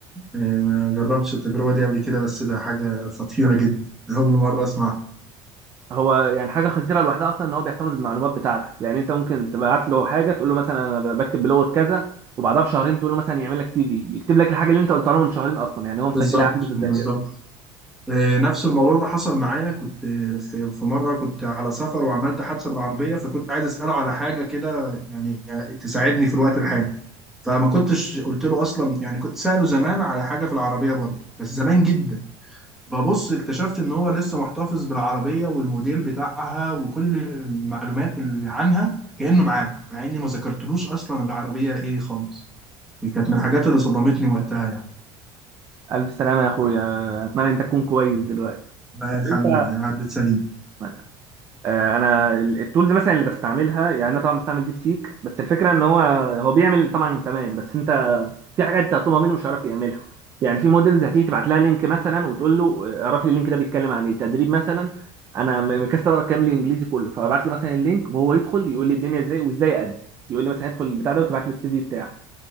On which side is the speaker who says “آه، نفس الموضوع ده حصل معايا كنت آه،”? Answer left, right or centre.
Centre